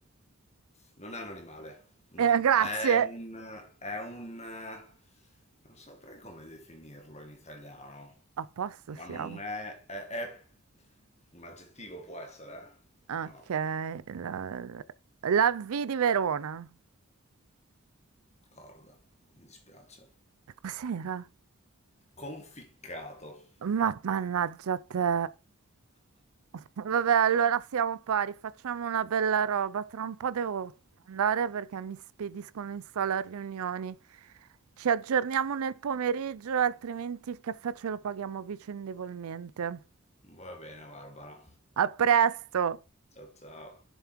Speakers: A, on the left (about 30°); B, on the right (about 80°).
A: Non è un animale, no,
B: Eh, grazie.
A: è un, è un, non saprei come definirlo in italiano,
B: A posto
A: ma
B: siamo.
A: non è, è, è un aggettivo può essere? eh?
B: Ok.
A: No,
B: La, la V di Verona.
A: corda, mi dispiace.
B: Cos'era?
A: Conficcato.
B: Ma mannaggia te. Vabbè, allora siamo pari, facciamo una bella roba. Tra un po' devo andare perché mi spediscono in sala a riunioni. Ci aggiorniamo nel pomeriggio, altrimenti il caffè ce lo paghiamo vicendevolmente.
A: Va bene, Barbara.
B: A presto!
A: Ciao ciao.